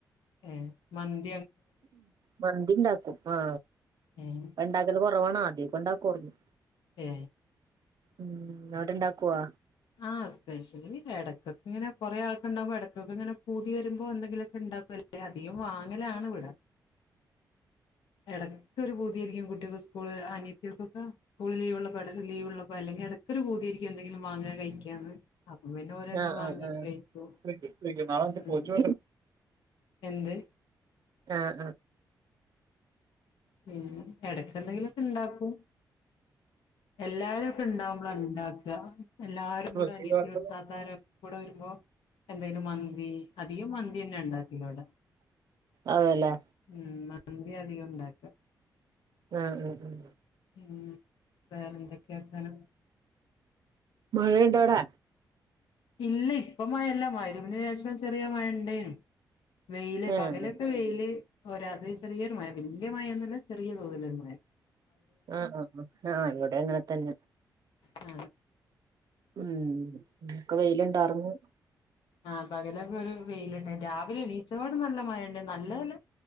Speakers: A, on the left; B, on the right.
A: ഏ മന്ത്
B: മന്തി ഇണ്ടാക്കും ആ
A: ഏഹ്
B: ഉണ്ടാക്കലു കുറവാണ് ആദ്യം പ്പണ്ടാകോറിനും
A: ഏ
B: ഉം എന്നോട് ഇണ്ടാക്കുവാ
A: ആ സ്പെഷ്യല എടക്കൊക്കെ ഇ ങ്ങനെ കൊറേൾക്കൊണ്ടാവുമ്പോ ഇടക്കൊക്കിങ്ങനെ പൂതി വരുമ്പം എന്തെങ്കിലുമൊക്കെ ഉണ്ടാക്കുമല്ലേ അധികം വാങ്ങ് അങ്ങനെയാണിവിടെ ഇടയ്ക്കൊക്കെ ഒരു പൂ തിയായിരിക്കും കുട്ടികൾ സ്കൂള് അനിയത്തിക്കൊക്കെ സ്കൂള് ലീവള്ളപ്പോ അല്ലെങ്കിൽ ഇടയ്ക്കൊ രു പൂതിയായിരിക്കും എന്തെങ്കിലും വാങ്ങാൻ കഴിയ്ക്കാനെ അപ്പ പിന്നെ ഓരോന്നെ
B: ആഹ്
A: വാങ്ങിട്ട്
B: ആഹ് ആഹ്
A: കഴിക്കോ
B: ആഹ്
A: ഉം എന്ത്
B: ആആ
A: ഉം എടയ്ക്കെന്തെങ്കിലും ഒക്കെ ഇണ്ടാക്കും എല്ലാവരുക്കെ ഇണ്ടാവുമ്പോളാ ണെ ഉണ്ടാക്ക് ആ എല്ലാരും കൂടെ
B: ആഹ് വേറെ
A: അനിയത്തി
B: ആഹ്
A: വൃത്തത്താരം കൂടെ വരുമ്പോ എന്തായാലും വ ന്തി അധികം മന്തി തന്നെ ഉണ്ടാക്കല്ലടെ
B: അതേല്ലേ
A: ഉം മന്തി അധികം ഉണ്ടാ ഉം
B: ആ ഉം ഉം
A: ഉം വേറെ എന്തൊക്കെയാ സാനം
B: മഴണ്ടോടാ
A: ഇല്ല ഇപ്പ മഴല്ല മഗ്‌രിബിന് ശേഷം ചെറിയ മഴ ഉണ്ടേന് വെയില്
B: ആഹ്
A: പകലൊക്കെ വെയില് ഒരത് ചെറിയൊരു മയ വല്യ മയൊന്നു ന്ന ചെറിയ തോതില് ഒരു മയ
B: ആ ആ ആ ആ ഇവിടെ അങ്ങനെ തന്നെ
A: ആ
B: ഉം നക്ക് വെയില് ഇണ്ടാർന്ന്
A: ആ പകലൊക്കെ ഒരു വെയിലുണ്ടെ രാവിലെ നീച്ചവാട് നല്ല മഴ ഉണ്ട നല്ല നല്ല